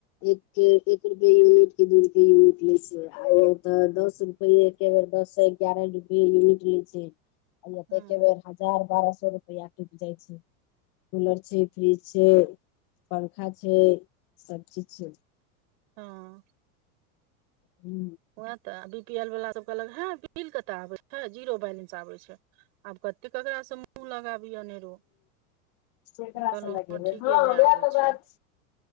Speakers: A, on the left (about 55°); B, on the right (about 60°).
A: एक एक रूप यूनिट के दू रुप यूनिट ले छ आ त दस रूप रूपये एके बेर दस गगारह रुप यूनिट ली छै त
B: हँ
A: बेर हजार बारह सए रुपैआ टूट जाइ छै कूलर छै फ्रिज छै पंखा छै सब चीज छै
B: हँ
A: हू
B: वए तऽ बी पी एल वाला सब कहलक हे बिल कतय आबै छै जीरो बैलेंस आबैत छै आब कत ककराास मुूह लगाबिये अनेरो
A: केकरा
B: कहलहु
A: से लगेबै
B: हँ ठीके नय
A: वएह
B: आबे
A: तऽ
B: छै
A: बात